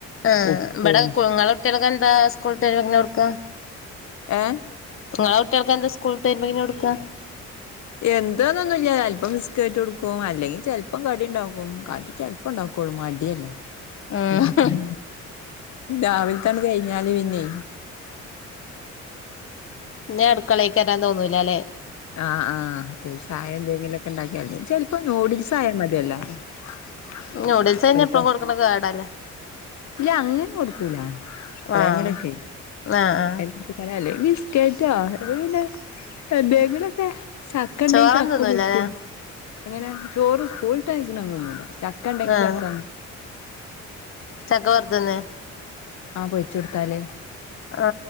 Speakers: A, on the left; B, on the left.
A: ആ
B: ഉപ്പ്
A: ഇബടെ കുങ്ങള കുട്ടിൾക്ക് എന്താ സ്കൂൾ വിട്ട് <unintelligible> കൊടുക്ക.
B: ഏ
A: നിങ്ങളെ ഒട്ടികൾക്ക് എന്താ സ്കൂൾ വിട്ടുരുമ്പോ <unintelligible> കൊടുക്ക.
B: എന്തോന്നൊന്നുല്ല ലപ്പം ബിസ്ക്കറ്റ് കൊടുക്കും അല്ലെങ്കിൽ ചെലപ്പം കടി ഇണ്ടാക്കും, കടി ചെലപ്പം ഇണ്ടാക്കുള്ളൂ, മടിയല്ലേ.
A: ഉം
B: ഇണ്ടാക്കാൻ രാവിലത്തെ അങ്ങ് കഴിഞ്ഞാല് പിന്നെ
A: പിന്നെ അടുക്കളെക് വരാൻ തോന്നൂല്ല അല്ലെ.
B: ആഹ ആ അതേ ചായ എന്തെങ്കിലും ഓക്കെ ഉണ്ടാക്കിയാലെ ചിലപ്പോ ന്യൂഡിൽസ് ആയാലും മതിയല്ലോ. <unintelligible>
A: ന്യൂഡിൽസ് തന്നെ
B: ഓൽക്ക്
A: ഇപ്പോ കൊടുക്കുന്നത് കേടല്ലേ.
B: ഇല്ല അങ്ങനെ കൊടുക്കൂല എപ്പോഴെങ്കിലുമൊക്കെ
A: ആഹ് ആഹ് ആഹ്
B: <unintelligible> ബിസ്കറ്റോ അല്ലങ്കിൽ പിന്നെ എന്തെങ്കിലൊക്കെ ചക്ക ഉണ്ടെങ്കിൽ
A: ചോറൊന്നും
B: ചക്ക
A: തിന്നൂലല്ലേ
B: പെരിക്കും എങ്ങനെ ചോറ് സ്കൂൾടാ കഴിക്കുന്നില്ല ചക്ക ഉണ്ടെങ്കി
A: ആഹ്
B: ചക്ക
A: ചക്ക വർത്തിന്നെ
B: ആഹ പൊരിച്ച്കൊടുത്താല്
A: ആ